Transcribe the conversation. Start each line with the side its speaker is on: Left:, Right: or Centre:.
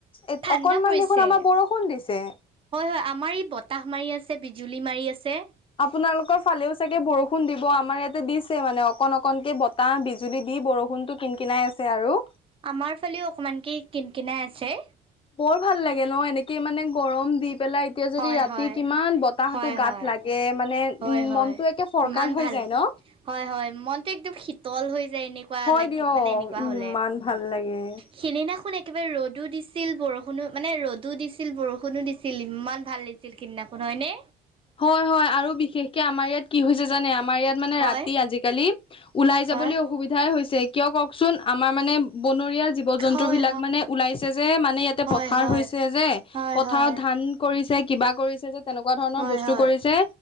Left: এই
Right: ঠাণ্ডা
Left: অকনমান
Right: পৰিছে
Left: দেখোন আমাৰ বৰষুণ দিছে।
Right: হয় হয় আমাৰ ই বতাহ মাৰি আছে বিজুলী মাৰি আছে।
Left: আপোনালোকৰ ফালেও চাগে বৰষুণ দিব আমাৰ ইয়াতে দিছে মানে অকণ অকণকে বতাহ। টা বিজুলী দি বৰষুণটো কিন কিনাই আছে আৰু।
Right: আমাৰ ফালেও অকমান কি কিনকিনই আছে।
Left: বৰ ভাল লাগে ন এনেকে মানে গৰম দি পেলাই। এতিয়া যদি
Right: হয়
Left: ৰাতি
Right: হয়
Left: কিমান বতাহতটো
Right: হয়
Left: গাত
Right: হয়
Left: লাগে মানে উ
Right: হয় হয়
Left: মনটো একে ফৰকাল
Right: ইমান
Left: হৈ
Right: ভাল
Left: যায় ন।
Right: হয় হয় মনটো একদম শীতল হৈ যায় এনেকুৱা
Left: হয়
Right: লাগি
Left: দিয়ক
Right: মানে এনেকুৱা
Left: ইমান
Right: হ'লে।
Left: ভাল লাগে
Right: সেইদিনাখন একেবাৰে ৰ'দো দিছিল বৰষুণো মানে ৰ'দো দিছিল বৰষুণো দিছিল। ইমান। ভাল লাগিছিল সিদিনাখন হয়নে?।
Left: হয় হয় আৰু বিশেষকে আমাৰ ইয়াত কি হৈছে জানে? আমাৰ ইয়াত। মানে
Right: হয়
Left: ৰাতি আজালি ওলাই যাবলৈ
Right: হয়
Left: অসুবিধা। হৈছে। কিয় কওঁকচোন আমাৰ মানে বনৰীয়া। জীৱ জন্তু
Right: হয়
Left: বিলাক মানে ওলাইছে যে, মানে ইয়াতে
Right: হয়
Left: পথাৰ
Right: হয় হয়
Left: হৈছে যে,
Right: হয়
Left: পথাৰত
Right: হয়
Left: ধান। কৰিছে কিবা কৰিছে যে তেনেকুৱা ধৰণৰ
Right: হয়
Left: বস্তু।
Right: হয়
Left: তে